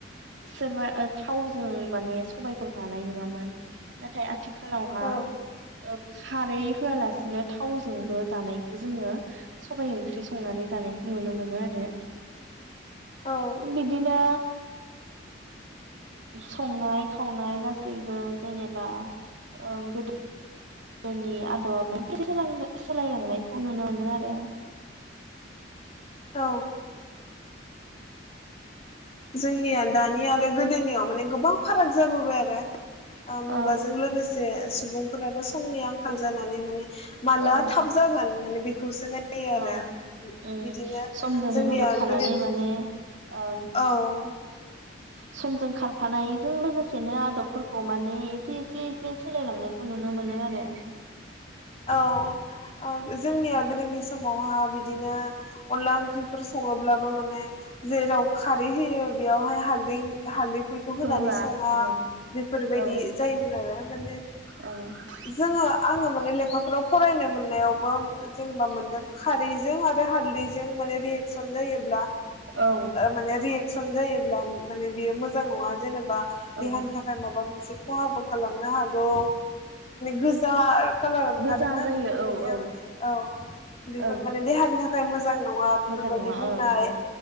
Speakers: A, on the right; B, on the left.
A: सोरबा ओ थावजों माने सबायखौ जानाय नुवामोन नाथाय आथिखालावहा
B: औ
A: ओ खारै होआलासिनो थावजोंबो जानायखौ जोङो सबाय ओंख्रि संनानै जानायखौ नुनो मोनो आरो
B: औ
A: बिदिनो संनाय खावनाय गासैबो जेनेबा ओं गोदो गोदोनि आदब <inaudible> सोलायलांनायखौ नुनो मोनो आरो
B: औ जोंनिया दानि आरो गोदोनियाव माने गोबां फाराग जाबोबाय आरो मुगाजों
A: औ
B: लोगोसे सुबुंफोराबो समनि आंखाल जानानै माने माला
A: औ
B: थाब जागोन माने बे खौसो नायो आरो
A: औ उम
B: बिदिनो
A: समजों
B: जोंनिया
A: गोरोबफानानै
B: गोदोनि
A: माने ओं
B: औ
A: समजों खारफानायजों लोगोसेनो आदबफोरखौ माने एसे एसे एसे सोलायलांनायखौ नुनो मोनो आरो
B: औ जोंनिया गोदोनि समावहा बिदिनो अनला ओंख्रिफोर सङोब्लाबो माने जेराव खारै होयो बेयावहाय हालदै हालदैफोरखौ होनानै
A: हौवा
B: सङा
A: ओं
B: बेफोरबायदि
A: औ
B: जायोमोन आरो माने
A: औ
B: जोङो आङो माने लेखाफोराव फरायनो मोननायावबो जेनेबा मोनदों खारै जों हालदैजों माने रियेगसन जायोब्ला
A: औ
B: माने रियेग एसन जायोब्ला माने बेयो मोजां नङा जेनेबा देहानि
A: औ
B: थाखाय माबा मोनसे खहाबो खालामनो हागौ गोजा कालार ओं
A: गोजा
B: आरो ना
A: जायो
B: बेफोरबायदिया
A: औ औ
B: माने औ बेफोर
A: औ
B: माने देहानि थाखाय मोजां नङा बेफोरबायदि
A: मोजां नङा
B: बुंनाय
A: ओं